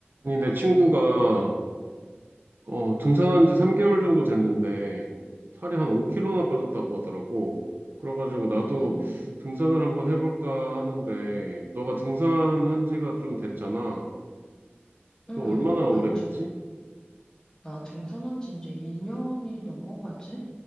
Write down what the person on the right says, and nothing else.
아니, 내 친구가 어, 등산한 지 3개월 정도 됐는데 살이 한 5kg나 빠졌다고 하더라고. 그래가지고 나도
등산을 한번 해볼까 하는데 너가 등산한 지가 좀 됐잖아.
너 얼마나 오래됐지?